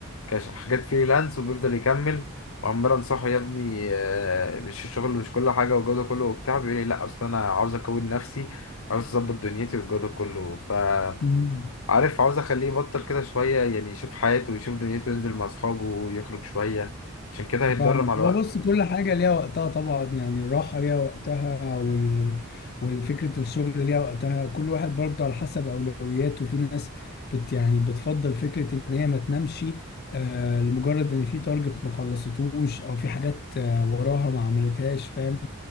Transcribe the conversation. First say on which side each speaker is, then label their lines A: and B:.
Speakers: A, on the left; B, on the left.
A: كش- حاجات فريلانس وبيفضل يكمل وعمال انصحه يا ابني آه، مش الشغل مش كل حاجة والجو ده كله وبتاع بيقول لي لا اصل انا عاوز اكون نفسي عاوز اظبط دنيتي والجو ده كله فعارف
B: امم
A: عاوز اخليه يبطل كده شويه يعني يشوف حياته ويشوف دنيته وينزل مع اصحابه ويخرج شويه عشان كده هيتضرر
B: فاهمك
A: مع الوقت
B: هو بص كل حاجة ليها وقتها طبعا يعني الراحة ليها وقتها وال... والفكرة الشغل ليها وقتها كل واحد برضه على حسب أولوياته في ناس بت يعني بتفضل فكرة إن هي ما تنامش آه لمجرد إن في تارجت ما خلصتوش أو في حاجات آه وراها ما عملتهاش فاهم